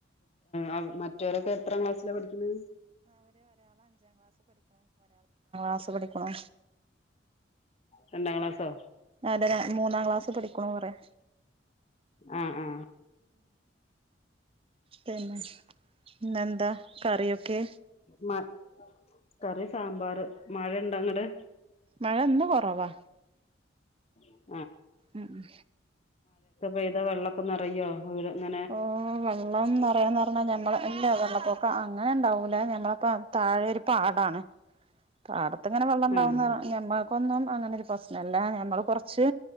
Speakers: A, on the left (about 35°); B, on the right (about 30°).
A: ആ മറ്റവരൊക്കെ എത്ര ക്ലാസ്സില പഠിക്കുന്നത്
B: ആസ പഠിക്കണോ
A: രണ്ടാം ക്ലാസോ
B: അല്ല മൂന്നാം ക്ലാസ് പഠിക്കണം പറയാ
A: ആ ആ
B: പിന്നെ ഇന്നെന്താ കറിയൊക്കെ
A: മാ കറി സാമ്പാർ മഴ ഇണ്ട അങ്ങടെ
B: മഴ ഇന്ന് കൊറവാ
A: <unintelligible>
B: ഉം ഉ
A: പെയ്യ്ത വെള്ളം യൊ അങ്ങ
B: ഓ വെള്ളം നിറയാന്ന് പറഞ്ഞാ ഞമ്മള ഇല്ല വെള്ളപ്പൊക്ക അങ്ങനെ ഇണ്ടാവൂലേ ഞമ്മളപ്പ താഴെ ഒരു പാടാണ് പാടത്തങ്ങനെ വെള്ളണ്ടക്കും
A: ആഹ്
B: നമുക്കൊന്നും അങ്ങനെ പ്രശ്നല്ല ഞമ്മൾ കൊറച്ച്